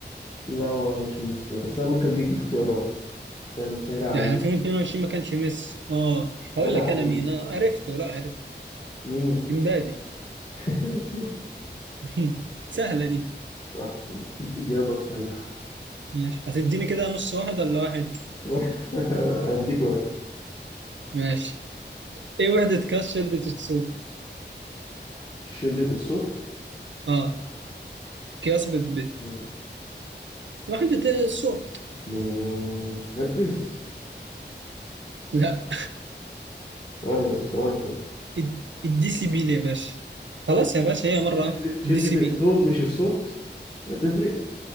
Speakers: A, on the left; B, on the right.
A: لا هو مش مش بس انا ممكن اديك اختيارات عشان سهلة عليك
B: يعني 2022 ما كانش ميسي اه هقول
A: سهلة
B: لك
A: عليك
B: انا مين اه عرفته لا عرفت
A: مين
B: امبابي
A: <laughs>
B: <laughs> سهله دي
A: صح إجابة صحيحة
B: ماشي هتديني كده نص واحد ولا واحد
A: <laughs> هديك واحد
B: ماشي ايه وحده قياس شده الصوت
A: شدة الصوت
B: اه قياس بت بت-
A: مم،
B: وحده الصوت
A: مم، هرتز
B: لا
A: ثواني بس ثواني طيب
B: الد- الدي سي بي يا باشا خلاص يا باشا هي مره
A: شدة شدة
B: الدي سي بي
A: الصوت مش الصوت هتفرق